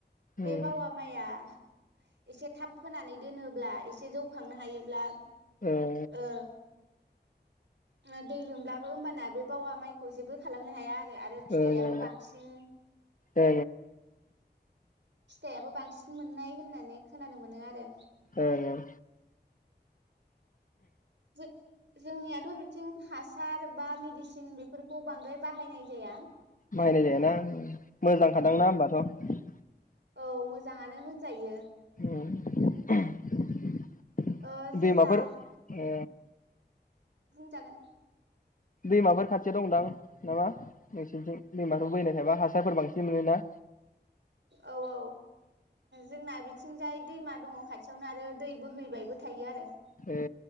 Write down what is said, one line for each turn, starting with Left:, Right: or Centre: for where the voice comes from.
Right: बे
Left: ओं
Right: बावा माइआ एसे थाब फोनानै दोनो ब्ला एसे जौखांनो हायोब्ला
Left: ओं
Right: ओ ओ दै लोमलाबो होमबाना बे बावा माइखौ जेबो खालामनो हाया आरो आरो फिथायाबो
Left: ओं ओं
Right: बांसिन
Left: ओं
Right: फिथायाबो बांसिन मोननाय होनना नै खोनानो मोनो आरो
Left: ओं ओं
Right: जे जोंनियाथ' बिथिं हासार बा मिदिसिन बेफोर खौ बांद्राय बाहायनाय जाया
Left: बाहायनाय जायाना ओ मोजां खादांना
Right: औ
Left: होमबाथ'
Right: औ मोजाङानो होनजायो
Left: <unintelligible>
Right: ओ जेब्ला
Left: दैमाफोर ओ
Right: बुंजागोन
Left: दैमाफोर खाथियाव दंदां नामा नोंसिरनिथिं दैमाफोर बोैनायखायबा हासारफोर बांसिन मोनोना
Right: औ औ जोंना बिथिंजाय दैमा दङ खाथि थियावनो आरो दै बोहैबायबो थायो आरो
Left: ए